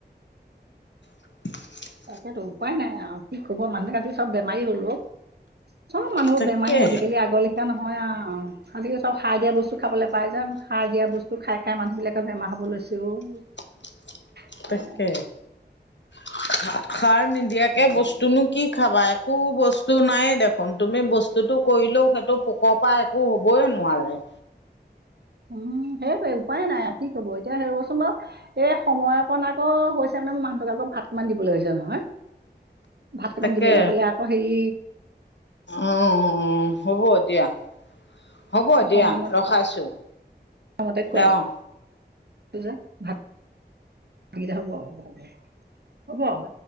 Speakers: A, on the left; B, on the right.
A: <inaudible>
B: তাকেতো উপায় নাই আৰু কি ক'ব মানুহ কাতি চব বেমাৰী হ'লো অ'। চব মানুহৰ
A: তাকে
B: বেমাৰী আজিকালি আগৰ লে খিয়া নহয় আৰু খালি চব সাৰ দিয়া বস্তু খাবলৈ পাই যায় যে, সাৰ দিয়া বস্তু খাই খাই মানুহ বিলাকৰ বেমাৰ হ'ব লৈছে। <unintelligible>
A: <inaudible>
B: উপায়
A: তাকে,
B: নাই
A: সাৰ নিদিয়াকে
B: উম,
A: বস্তুনো কি খাবা এক একো বস্তু নায়েই দেখোন, তুমি বস্তুটো কৰিলেও সেইটো পোকৰ পৰা একো হ'বই নোৱাৰে।
B: উম, সেইটোৱে উপায় নাই কি কব এতিয়া ৰবচোন বাৰু। এই সময় অকণ আকৌ হৈছে মানে, মোৰ মানুহটোক আকৌ ভাত কেইটামান দিবলৈ হৈছে নহয়। ভাতকেইটামান
A: তাকে
B: দিবলৈ হ'লে আকৌ হেৰি
A: অ', হ'ব দিয়া। হ'ব দিয়া
B: সময়মতে
A: ৰখাইছো,
B: সময়মতে খুৱাই
A: অহ।
B: আছো <unintelligible> হ'ব, হ'ব, হ'ব, হ'ব।